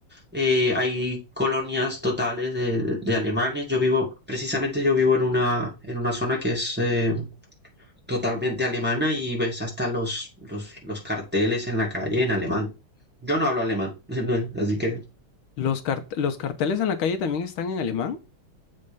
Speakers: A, in the centre; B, on the left (about 75°).
A: eh, hay colonias totales de, de alemanes. Yo vivo, precisamente yo vivo en una, en una zona que es... eh, totalmente alemana y ves hasta los, los, los carteles en la calle en alemán. Yo no hablo alemán, <laughs> así que
B: ¿Los cart- los carteles en la calle también están en alemán?